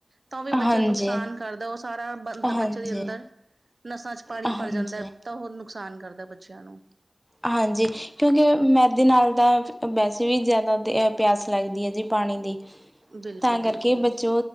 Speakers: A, on the right (about 60°); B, in the centre.
A: ਤਾਂ ਵੀ
B: ਹਾਂਜੀ,
A: ਬੱਚਾ ਨੁਕਸਾਨ ਕਰਦਾ ਉਹ ਸਾਰਾ
B: ਹਾਂਜੀ,
A: ਬੱਚੇ ਦੇ ਅੰਦਰ। ਨਸਾਂ ਵਿੱਚ ਪਾਣੀ
B: ਹਾਂਜੀ।
A: ਭਰ ਜਾਣ ਨਾਲ ਬੱਚਿਆਂ ਨੂੰ ਨੁਕਸਾਨ ਹੋ ਸਕਦਾ ਹੈ।
B: ਹਾਂਜੀ। ਕਿਉਂਕਿ ਮੈਦੇ ਨਾਲ ਵੈਸੇ ਵੀ ਜ਼ਿਆਦਾ ਪਿਆਸ ਲੱਗਦੀ ਹੈ ਜੀ ਪਾਣੀ ਦੀ।
A: ਬਿਲਕੁਲ
B: ਤਾਂ ਕਰਕੇ
A: ਬਿਲਕੁਲ
B: ਬੱਚੇ